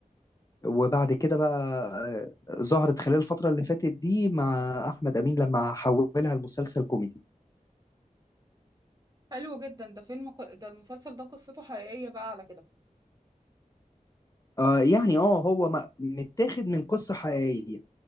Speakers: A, on the left; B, on the right.
A: وبعد كده بقى آه، ظهرت خلال الفترة اللي فاتت دي مع أحمد أمين لما حولها لمسلسل كوميدي
B: حلو جدا ده فيلم ق... ده المسلسل ده قصته حقيقية بقى على كده
A: آه يعني اه هو ما- متاخد من قصة حقيقية